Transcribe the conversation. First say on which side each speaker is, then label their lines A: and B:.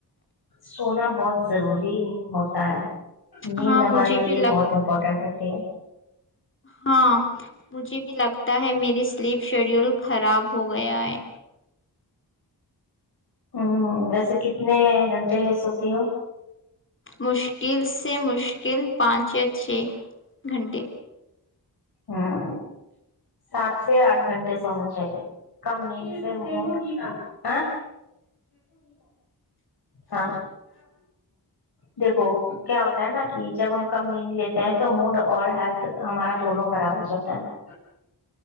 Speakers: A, on the left; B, on the left.
A: سونا بہت ضروری ہوتا ہے نیند
B: ہاں مجھے
A: ہمارے لیے
B: بھی لگ
A: بہت امپورٹنٹ ہوتی ہے
B: ہاں مجھے بھی لگتا ہے میری سلیپ شیڈیول خراب ہو گیا ہے
A: ہمم ویسے کتنے گھنٹے سوتی ہو
B: مشکل سے مشکل پانچ یا چھ گھنٹے
A: ہاں سات سے آٹھ گھنٹے سونا چاہیے کم نید سے موڈ آ ہاں دیکو کیا ہوتا ہے نا کی جب ہم کم نیند لیتے ہیں تو منڈ اور ہیلتھ ہمارا دونوں خراب ہو جاتا ہے